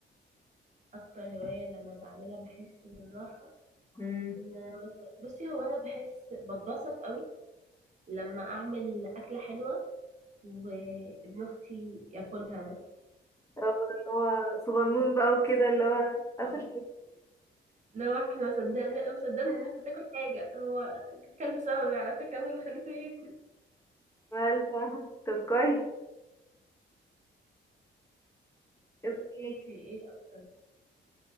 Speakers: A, on the right; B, on the left.
A: أكتر هواية لما بعملها بحس بالراحة
B: مم.
A: إن أنا مثلا بصي هو أنا بحس بتبسط قوي لما أعمل أكلة حلوة وابن أختي ياكلها مثلا
B: أو اللي هو صغنون بقى وكده اللي هو أسف
A: آه. لا واحد ما صدقني انا مصدقني ان انت تاكل حاجه هو كلب سببي على فكره انا اللي خليته ياكل
B: <laughs> مالفة طب كويس اوكي
A: انت ايه اكتر